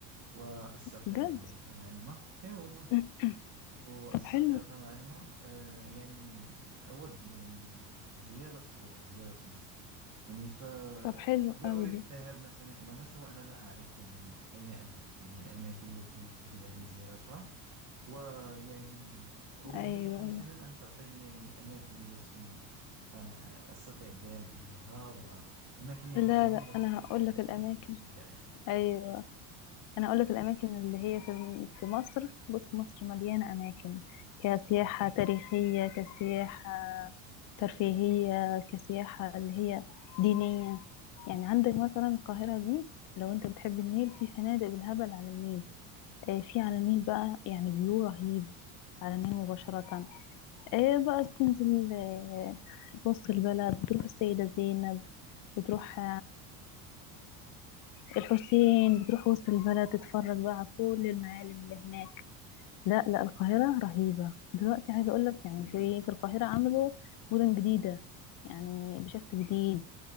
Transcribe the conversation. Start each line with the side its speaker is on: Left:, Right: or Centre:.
Right: وأستقر
Left: بجد
Right: يعني نوعا ما إيه والله
Left: <clears throat>
Right: وأستقر
Left: طب حلو
Right: نوعا ما آه، يعني أود يعني زيارة زيارة مصر يعني فلا
Left: طب حلو قوي
Right: أريد
Left: دي
Right: الذهاب مثلا إلى مصر وأنا لا أعرف يعني أين أذهب يعني الأماكن التي يجب علي زيارتها ويعني أريد
Left: ايوه
Right: منك مثلا
Left: ايوه
Right: أن تعطيني يعني أماكن التي آه، أستطيع الذهاب إليها وأماكن يعني
Left: لا
Right: جميلة
Left: لا
Right: في
Left: انا هقول
Right: المآثر
Left: لك الاماكن
Right: التاريخية إلى آخره
Left: ايوه انا اقول لك الاماكن اللي هي في في مصر بص مصر مليانه اماكن كسياحه
Right: أوكي
Left: تاريخيه كسياحه ترفيهيه كسياحه اللي هي دينيه يعني عندك مثلا القاهره دي لو انت بتحب النيل في فنادق بالهبل على النيل آه، في على النيل بقى يعني فيو رهيب على النيل مباشره آه، بقى بتنزل آه، وسط البلد تروح السيده زينب وتروح الحسين بتروح وسط البلد تتفرج بقى على كل المعالم اللي هناك لا لا القاهرة رهيبة دلوقتي عايزة أقول لك يعني في في القاهرة عملوا مدن جديدة يعني بشكل جديد